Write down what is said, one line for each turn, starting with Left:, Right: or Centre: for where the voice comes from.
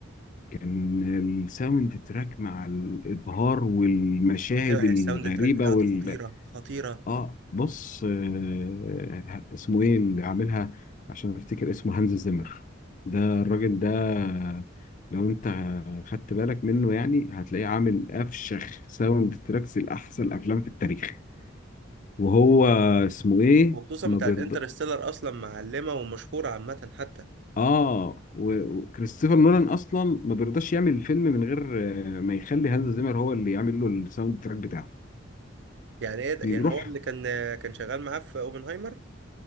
Left: كان الساوند تراك مع الإبهار والمشاهد
Right: ايوه يعني
Left: الغريبة
Right: الساوند تراك بتاعته
Left: وال
Right: خطيره خطيره
Left: اه بص آه اسمه ايه اللي عاملها عشان افتكر اسمه هانز زيمر ده الراجل ده لو انت خدت بالك منه يعني هتلاقيه عامل افشخ ساوند تراكس لاحسن افلام في التاريخ وهو اسمه ايه
Right: وخصوصا
Left: ما
Right: بتاعت
Left: بيرضى
Right: انترستيلر اصلا معلمه ومشهوره عامه حتى
Left: اه و- وكريستوفر نولان اصلا ما بيرضاش يعمل الفيلم من غير آه، ما يخلي هانز زيمر هو اللي يعمل له الساوند تراك بتاعه
Right: يعني ايه ده
Left: بيروح
Right: يعني هو اللي كان كان شغال معاه في اوبنهايمر